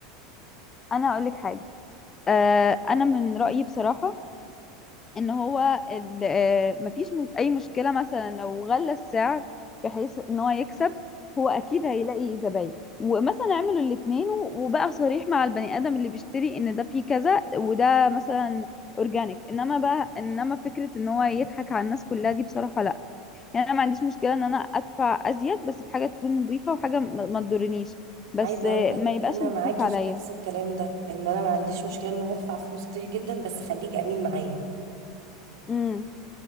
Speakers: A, on the left; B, on the right.
A: أنا أقولك حاجة آه أنا من رأيي بصراحة إن هو ال- آه مفيش مش أي مشكلة مثلا لو غلى السعر بحيث إن هو يكسب هو أكيد هيلاقي زباين ومثلا اعملوا الاتنين و- وبقى صريح مع البني آدم اللي بيشتري إن ده فيه كذا وده مثلا أورجانيك إنما بقى إنما فكرة إن هو يضحك على الناس كلها دي بصراحة يعني انا ما عنديش مشكله ان انا ادفع ازيد بس في حاجه تكون نظيفه وحاجه ما ما تضرنيش بس
B: عايزه
A: آه،
B: اقول لك
A: ما يبقاش
B: انا
A: مصروف
B: معاكي
A: عليا
B: في نفس الكلام ده ان انا ما عنديش مشكله ان انا ادفع فلوس كتير جدا بس خليك امين معايا
A: امم